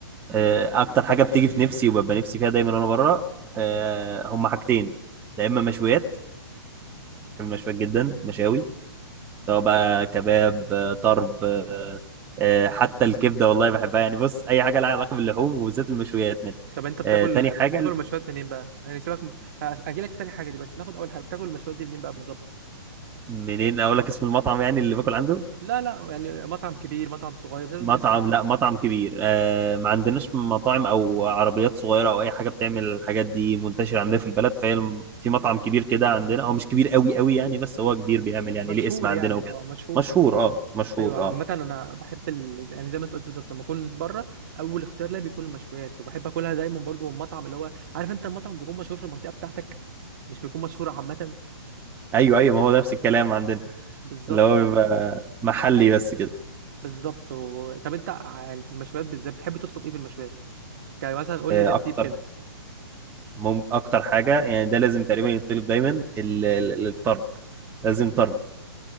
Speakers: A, on the right (about 15°); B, on the right (about 45°).
A: آه، أكتر حاجة بتيجي في نفسي وببقى نفسي فيها دايما وأنا بره آه، هما حاجتين يا إما مشويات بحب المشويات جدا مشاوي سواء بقى كباب آه، طرب آه، آه، حتى الكبدة والله بحبها يعني بص أي حاجة لها علاقة باللحوم وبالذات المشويات من
B: طب انت بتاكل
A: آه، تاني حاجة
B: بتاكل المشويات منين بقى يعني سيبك من... اجي لك في تاني حاجه دي بس ناخد اول حاجه بتاكل المشويات دي منين بقى بالظبط
A: منين أقول لك اسم المطعم يعني اللي باكل عنده
B: لا لا يعني مطعم كبير مطعم صغير مش لازم
A: مطعم
B: اسمه يعني.
A: لا مطعم كبير آه ما عندناش مطاعم او عربيات صغيره او اي حاجه بتعمل الحاجات دي منتشره عندنا في البلد فهي الم- في مطعم كبير كده عندنا هو مش كبير قوي قوي يعني بس هو كبير بيعمل يعني
B: مشهور
A: ليه اسم عندنا
B: يعني
A: وكده
B: اه مشهور
A: مشهور اه مشهور
B: ايوه عامه
A: اه
B: انا بحب ال... يعني زي ما انت قلت بالظبط لما اكون بره اول اختيار ليا بيكون المشويات وبحب اكلها دايما برضو من مطعم اللي هو عارف انت المطعم بيكون مشهور في المنطقه بتاعتك مش بيكون مشهور عامه
A: ايوه ايوه ما هو ده نفس الكلام عندنا
B: بالظبط
A: اللي هو
B: اه
A: بيبقى محلي بس كده
B: بالظبط و... طب انت يعني في المشويات بالذات بتحب تطلب ايه في المشويات يعني مثلا قول
A: آه
B: لي ترتيب
A: اكتر
B: كده
A: مم اكتر حاجه يعني ده لازم تقريبا يطلب دايما ال- ال- الطرب لازم طرب